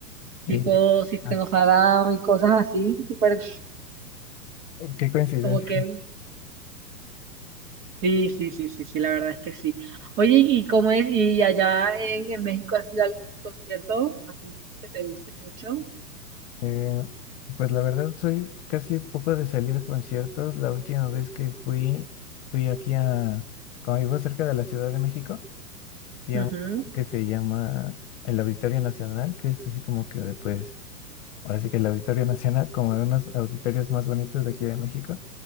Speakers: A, on the left; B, on the right.
A: Y
B: tipo System
A: ah,
B: of a Down y cosas así, súper
A: qué coincidencia.
B: como que sí, sí, sí, sí, sí, la verdad es que sí. Oye, ¿y cómo es? ¿Y allá en, en México has ido a algún concierto así que te guste mucho?
A: Eh, pues la verdad soy casi poco de salir a conciertos. La última vez que fui, fui aquí a, como vivo cerca de la Ciudad de México, fui
B: Ujú.
A: a un lugar que se llama el Auditorio Nacional, que es así como que pues, ahora sí que el Auditorio Nacional, <laughs> como de unos auditorios más bonitos de aquí de México.